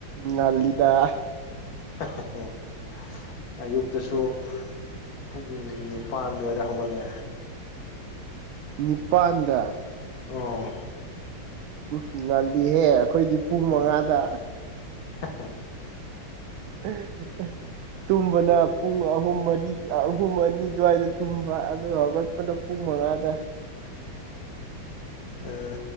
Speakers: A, on the right; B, on the left.
A: ꯉꯥꯜꯂꯤꯗ
B: <unintelligible> ꯑꯌꯨꯛꯇꯁꯨ ꯄꯨꯡ ꯅꯤꯄꯥꯟ ꯋꯥꯏꯗ ꯍꯧꯒꯠꯂꯦ
A: ꯅꯤꯄꯥꯟꯗ
B: ꯑꯧ
A: ꯎꯝ ꯉꯜꯂꯤꯍꯦ ꯑꯩꯈꯣꯏꯗꯤ
B: ꯎꯝ
A: ꯄꯨꯡ ꯃꯉꯥꯗ
B: <unintelligible>
A: <unintelligible> ꯇꯨꯝꯕꯅ ꯄꯨꯡ ꯑꯍꯨꯝ ꯃꯔꯤ ꯑꯥ ꯑꯍꯨꯝ ꯑꯅꯤ ꯑꯗꯨꯋꯥꯏꯗ ꯇꯨꯝꯕ ꯑꯗꯨꯒ ꯍꯧꯒꯠꯄꯅ__ ꯄꯨꯡ ꯃꯉꯥꯗ
B: ꯑꯥ